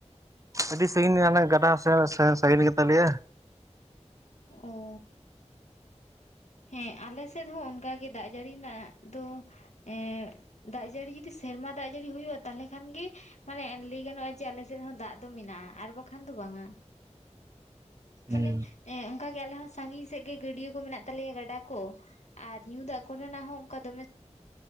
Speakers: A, on the right; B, on the left.
A: ᱟᱹᱰᱤ ᱥᱟᱺᱜᱤᱧ ᱦᱟᱱᱮ ᱜᱟᱰᱟ ᱥᱮ ᱥᱟᱹᱜᱤᱧ ᱜᱮᱛᱟ ᱞᱮᱭᱟ᱾
B: ᱚ ᱦᱮᱸ ᱟᱞᱮ ᱥᱮᱫ ᱦᱚᱸ ᱚᱱᱠᱟᱜ ᱜᱮ ᱫᱟᱜ ᱡᱟᱹᱲᱤ ᱨᱮᱱᱟᱜ ᱫᱚ ᱮ ᱫᱟᱜ ᱡᱟᱹᱲᱤ ᱡᱩᱫᱤ ᱥᱮᱨᱢᱟ ᱫᱟᱜ ᱡᱟᱹᱲᱤ ᱦᱩᱭᱩᱜᱼᱟ ᱛᱟᱦᱚᱞᱮ ᱠᱷᱟᱱ ᱜᱮ ᱢᱟᱱᱮ ᱞᱟᱹᱭ ᱜᱟᱱᱚᱜᱼᱟ ᱡᱮ ᱟᱞᱮ ᱥᱮᱫ ᱦᱚᱸ ᱫᱟᱜ ᱫᱚ ᱢᱮᱱᱟᱜᱼᱟ ᱟᱨ ᱵᱟᱠᱷᱟᱱ ᱫᱚ ᱵᱟᱝᱼᱟ᱾
A: ᱦᱩᱸ
B: ᱢᱟᱱᱮ ᱮᱸ ᱚᱱᱠᱟᱜᱮ ᱟᱞᱮ ᱦᱚᱸ ᱥᱟᱺᱜᱤᱧ ᱥᱮᱫ ᱜᱮ ᱜᱟᱹᱰᱭᱟᱹ ᱠᱚ ᱢᱮᱱᱟᱜ ᱦᱩᱭᱩᱜ ᱛᱟᱞᱮᱭᱟ ᱜᱟᱰᱟ ᱠᱚ ᱟᱨ ᱧᱩ ᱫᱟᱜ ᱠᱚᱨᱮᱱᱟᱜ ᱦᱚᱸ ᱚᱱᱠᱟ ᱫᱚᱢᱮ